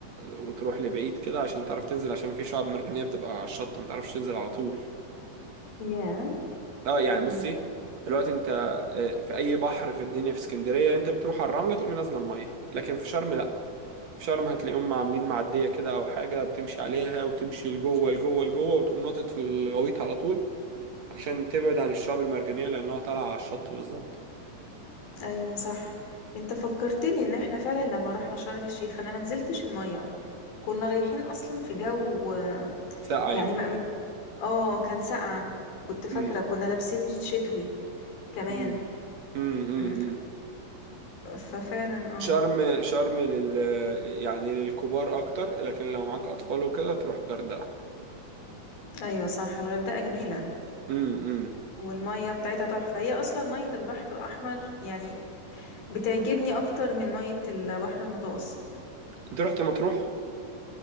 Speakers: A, on the right; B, on the left.
A: وتروح لبعيد كده عشان تعرف تنزل عشان في شعاب مرجانية بتبقى على الشط ما تعرفش تنزل على طول
B: يا
A: اه يعني
B: مم.
A: بصي دلوقتي انت آه، في اي بحر في الدنيا في اسكندريه انت بتروح على الرمله تقوم نازله الميه لكن في شرم لا في شرم هتلاقيهم عاملين معديه كده او حاجه بتمشي عليها وتمشي لجوه لجوه لجوه وتقوم ناطط في الغويط على طول عشان تبعد عن الشعب المرجانيه لانها طالعه على الشط بالظبط
B: ايوه صح انت فكرتني ان احنا فعلا لما رحنا شرم الشيخ انا ما نزلتش الميه كنا رايحين اصلا في جو آه،
A: ساقعه
B: يعني
A: يمكن
B: ما... اه كان ساقعه كنت فاكره
A: مم.
B: كنا لابسين شتوي كمان
A: مم. مم. مم.
B: مم.
A: مم.
B: ففعلا اه
A: وشرم شرم لل يعني للكبار اكتر لكن لو معاك اطفال وكده تروح غردقه
B: ايوه صح الغردقه جميله
A: امم
B: والمية بتاعتها تحفة هي أصلا مية البحر الأحمر يعني بتعجبني أكتر من مية البحر المتوسط
A: انت رحت مطروح